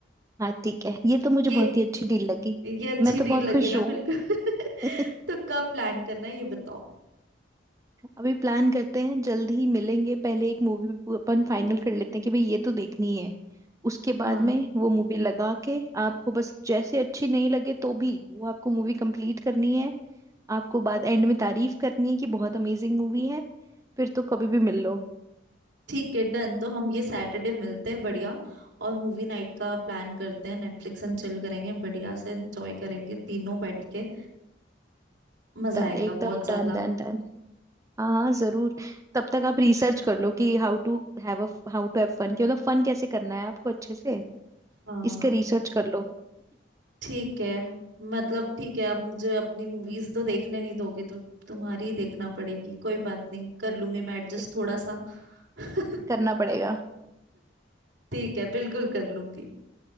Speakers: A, on the right (about 15°); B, on the right (about 75°).
A: हाँ ठीक है ये तो मुझे
B: ये
A: बहुत ही अच्छी डील लगी
B: ये अच्छी
A: मैं तो बहुत
B: डील लगी
A: खुश
B: ना
A: हूँ
B: बिल्कुल <laughs>
A: <laughs>
B: तो कब प्लान करना है ये बताओ
A: अभी प्लान करते हैं जल्दी ही मिलेंगे पहले एक मूवी अपन फाइनल कर लेते हैं कि भाई ये तो देखनी है उसके
B: हाँ
A: बाद में वो मूवी लगा के आपको बस जैसे अच्छी नहीं लगे तो भी वो आपको मूवी कंप्लीट करनी है आपको बाद एंड में तारीफ करनी है कि बहुत अमेजिंग मूवी है फिर तो कभी भी मिल लो
B: ठीक है डन तो हम ये सैटरडे मिलते हैं बढ़िया और मूवी नाइट का प्लान करते हैं नेटफ्लिक्स एंड चिल करेंगे बढ़िया से एंजॉय करेंगे तीनों बैठ के मजा
A: डन
B: आएगा
A: एकदम
B: बहुत ज्यादा
A: डन डन डन हाँ हाँ जरूर तब तक आप रिसर्च कर लो कि हाउ टू हैव अ हाउ टू हैव फन कि मतलब फन कैसे करना है आपको अच्छे से
B: हाँ
A: इस पे रिसर्च कर लो
B: ठीक है मतलब ठीक है अब मुझे अपनी मूवीज तो देखने नहीं दोगे तो तुम्हारी ही देखना पड़ेगी कोई बात नहीं कर लूंगी मैं एडजस्ट
A: ये
B: थोड़ा सा <laughs>
A: करना पड़ेगा
B: ठीक है बिल्कुल कर लूंगी